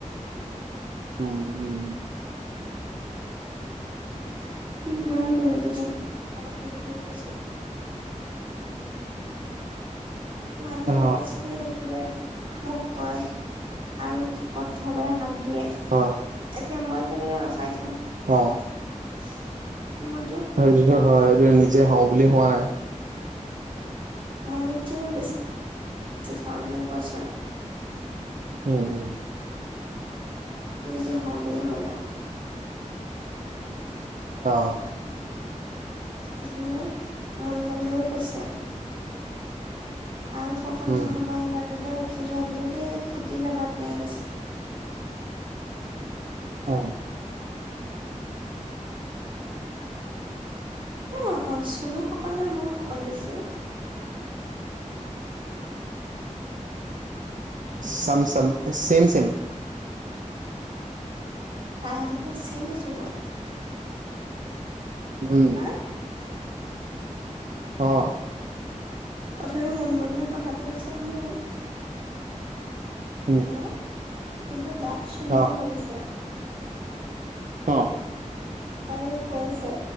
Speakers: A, on the right; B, on the right.
A: উম, উম।
B: <unintelligible> মানুহবিলাকে
A: অ
B: চবেই দেখিলে। মোক কয় আৰু শকত হ'বলে হাক দিয়ে।
A: অ
B: এতিয়া মই কেনেকে ৰখাই থ'ম।
A: অ'।
B: <unintelligible>
A: হয় এইটোতো হয়। সেইটো নিজে হওঁ বুলিয়ে হোৱা নাই।
B: মইনো কিনো বেছি খাওঁ তুমি কোৱাচোন?
A: উম, উম।
B: নিজে হ'ম বুলি হ'লা।
A: অ'।
B: <unintelligible> মন বন্ধও কৈছে। আৰু শকত নহ'বা,
A: উম
B: ইমানতে ৰখি যোৱা কিন্তু দেই, ফুটি যাবা তেনেকে কৈছে।
A: অ'।
B: <inaudible> এ, চনু শকত নে, মই শকত বেছি?
A: চাম, চাম ছেম, ছেম।
B: তাই সৈতে দেখুন শ্লিম আছোঁ মই।
A: উম।
B: হা
A: অ'।
B: অথনি, মুন বনুৱে কথাটো কৈছে মোক।
A: উম।
B: হা কিন্তু গাত, চুনোৰ
A: অ
B: লাগিছে।
A: অ'।
B: তাই মোক কৈ আছে,